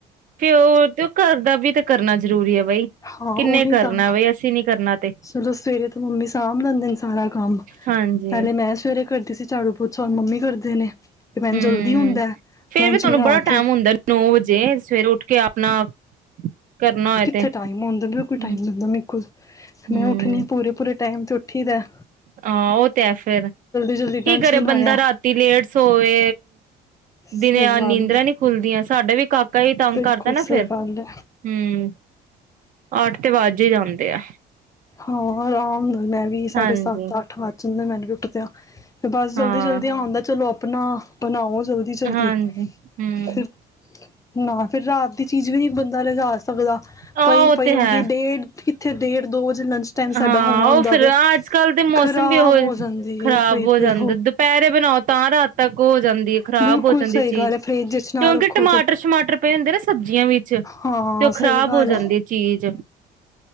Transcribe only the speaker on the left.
ਹਾਂ
ਉਹੀ
ਤਾਂ
ਚਲੋ ਸਵੇਰੇ ਤੋਂ ਮੰਮੀ ਸਾਂਭ ਲੈਂਦੇ ਨੇ ਸਾਰਾ ਕੰਮ
ਪਹਿਲੇ ਮੈਂ ਸਵੇਰੇ ਕਰਦੀ ਸੀ ਝਾੜੂ ਪੋਚਾ ਹੁਨ ਮੰਮੀ ਕਰਦੇ ਨੇ ਤੇ ਮੈਨੂੰ
ਜਲਦੀ ਹੁੰਦਾ
ਲੰਚ
ਬਣਾ
ਕੇ
ਜ ਟਾਈਮੁੰ ਵੀ ਉਹ ਕੋਈ
ਟਾਈਮ ਲੁੰਦਾ ਮਰੇ ਕੋਲ ਮ
ਉੱਠਣੀ ਹ ਪੂਰੇ ਪੂਰੇ ਟਾਈਮ ਤੇ ਉੱਠ ਉਠੀਦਾ ਹੈ
ਜਲਦੀ ਲੰਚ
ਬਣਾਇਆ
ਸਹੀ
ਗੱਲ
ਹੈ
ਬਿਲਕੁਲ
ਸਹੀ
ਗੱਲ ਹੈ
ਹਾਂ ਆਰਾਮ ਨਾਲ ਮੈਂ ਵੀ ਸਾਡੇ
ਸੱਤ ਅੱਠ ਵਜ ਜਾਂਦੇ ਮੈਨੂੰਦਾ ਮੈਨੂੰਵੀ <unintelligible> ਬਸ ਜਲਦੀ
ਜਲਦੀ ਹੁੰਦਾ ਚਲੋ ਆਪ ਆਪਣਾ ਬਣਾਓ ਜਲਦੀ ਜਲਦੀ
ਫਿਰ ਨਾ। ਫਿਰ ਰਾਤ ਦੀ ਚੀਜ਼ ਵੀ ਬੰਦਾ ਲਿਜਾ ਸਕਦਾ।
ਪਈ
ਪਈ
<unintelligible>
ਫੇਰ ਦੋ ਵਜੇ। ਲੰਚ ਟਾਈਮ
ਸਾਡਾ ਹੋਣਾ ਹੁੰਦਾ
ਵੇ
ਖ਼ਰਾਬ
ਹੋ ਜਾਂਦੀ
ਹੈ ਪਈ
ਪਈ
ਬਿਲਕੁਲ
ਸਹੀ
ਗੱਲ ਹੈ ਫਰਿੱਜ ਚ
ਨਾ ਰੱਖੋ
ਤੇ
ਹਾਂ
ਸਹੀ
ਗੱਲ